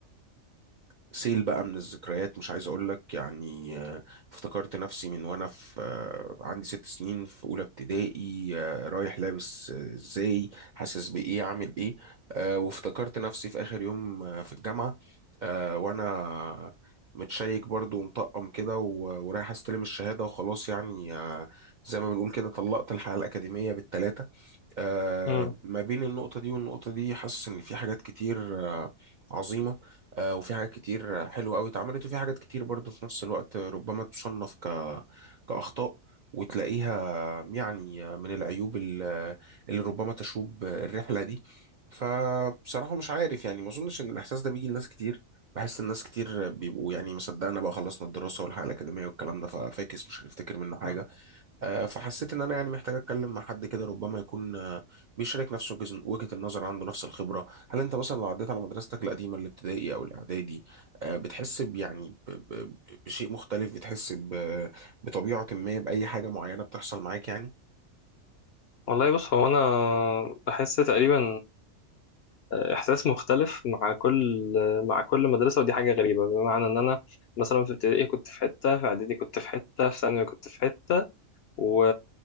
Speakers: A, on the right; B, on the left.
A: سيل بقى من الذكريات مش عايز اقول لك يعني آه، افتكرت نفسي من وانا في آه، عندي ست سنين في اولى ابتدائي آه، رايح لابس آه، ازاي حاسس بايه عامل ايه آه، وافتكرت نفسي في اخر يوم آه، في الجامعة آه، وانا متشيك برضو ومطقم كده و- ورايح استلم الشهادة وخلاص يعني آه، زي ما بنقول كده طلقت الحياة الأكاديمية بالثلاثة آه،
B: مم.
A: ما بين النقطة دي والنقطة دي حاسس إن في حاجات كتير آه، عظيمة آه، وفي حاجات كتير آه، حلوة أوي اتعملت وفي حاجات كتير برضه في نفس الوقت ربما تصنف ك... كأخطاء وتلاقيها يعني من العيوب ال- اللي ربما تشوب الرحلة دي فبصراحة مش عارف يعني ما أظنش إن الإحساس ده بيجي لناس كتير بحس الناس كتير بيبقوا يعني مصدقنا بقى خلصنا الدراسة والحياة الأكاديمية والكلام ده ففاكس مش هنفتكر منه حاجة
B: مم.
A: آه، فحسيت ان انا يعني محتاج اتكلم مع حد كده ربما يكون آه، بيشارك نفس وجز- وجهة النظر عنده نفس الخبرة هل انت مثلا لو عديت على مدرستك القديمة الابتدائي او الاعدادي آه، بتحس ب- يعني ب- ب- بشيء مختلف بتحس ب- بطبيعة ما بأي حاجة معينة بتحصل معاك يعني
B: والله بص هو انا
A: مم.
B: بحس تقريبا آه، احساس مختلف مع كل مع كل مدرسه ودي حاجه غريبه بمعنى ان انا مثلا في ابتدائي كنت في حته في اعدادي كنت في حته في ثانوي كنت في حته و...